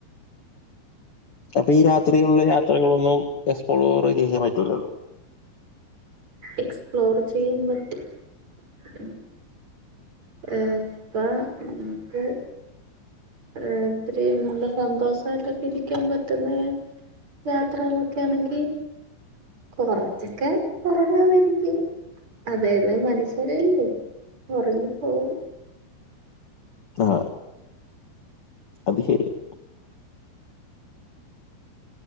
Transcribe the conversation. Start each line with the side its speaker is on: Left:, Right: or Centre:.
Left: അപ്പീ രാത്രിയുള്ള യാത്രകളൊന്നും എസ്പ്ളോർ ചെയ്യാൻ പറ്റൂലല്ലോ
Right: എക്സ്പ്ലോർ ചെയ്യാൻ പറ്റും ഏ ഇപ്പ നമുക്ക് ഏ ഇത്രയും നല്ല സന്തോഷായിട്ടൊക്കെ ഇരിക്കാൻ പറ്റുന്നേ യാത്രകളൊക്കാണെങ്കി കൊറച്ചൊക്കെ ഒറങ്ങാതിരിക്കും അതായത് മനുഷ്യരല്ലേ ഒറങ്ങി പോവും
Left: ആ അത് ശെരിയാ